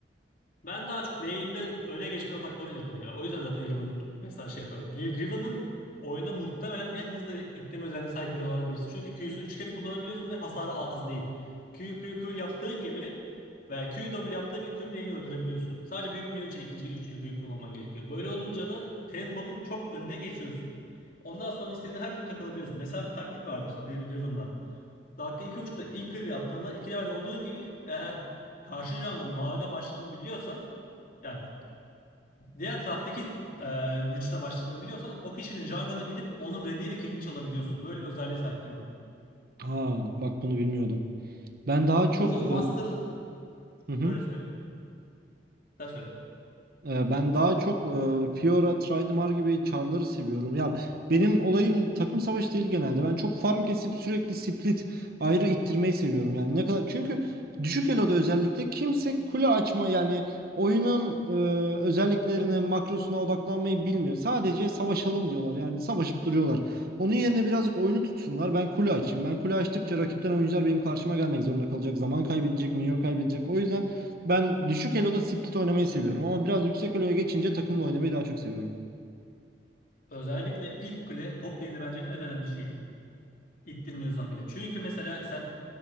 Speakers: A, on the left; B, on the right.
A: Ben daha çok lane'de öne geçmeye odaklı oynarım ya. O yüzden zaten Riven mesela şey yapıyorum. Li- Riven'ın oyuna muhtemelen en hızlı itleme özelliğine sahip biri olan birisi. Çünkü Q'sunu 3 kere kullanabiliyorsun ve hasarı az değil. Q, Q, Q yaptığın gibi veya Q W yaptığın gibi tüm lane'i öldürebiliyorsun. Sadece büyük minyon için ikinci, üçüncü Q'yu kullanman gerekiyor. Böyle olunca da temponun çok önüne geçiyorsun. Ondan sonra istediğin her türlü takılabiliyorsun. Mesela bir taktik vardır Ri- Ri- Riven'la. Dakika iki buçukta ilk clear'i attığında 2 level olduğun gibi eğer karşı jungle'ın mavide başladığını biliyorsan yani diğer taraftaki e, güçle başladığını biliyorsan o kişinin jungle'ına gidip onun red'iyle kill'ini çalabiliyorsun. Böyle bir özelliğe sahip Riven.
B: Aa bak bunu bilmiyordum. Ben daha çok...
A: Bunu
B: e,
A: Master
B: Hı hı.
A: söyle söyle. Sen söyle.
B: Ee, Ben daha çok e, Fiora, Tridimar gibi char'ları seviyorum. Ya benim olayım takım savaşı değil genelde. Ben çok farm kesip sürekli split ayrı ittirmeyi seviyorum. Yani ne kadar çünkü düşük eloda özellikle kimse kule açma yani oyunun e, özelliklerine, makrosuna odaklanmayı bilmiyor. Sadece savaşalım diyorlar. Yani savaşıp duruyorlar. Onun yerine birazcık oyunu tutsunlar. Ben kule açayım. Ben kule açtıkça rakipten oyuncular benim karşıma gelmek zorunda kalacak. Zaman kaybedecek, minyon kaybedecek. O yüzden ben düşük eloda split oynamayı seviyorum ama biraz yüksek eloya geçince takımla oynamayı daha çok seviyorum.
A: Özellikle ilk kule top lane'de bence en önemli şey. İttirmiyorsan bile. Çünkü mesela sen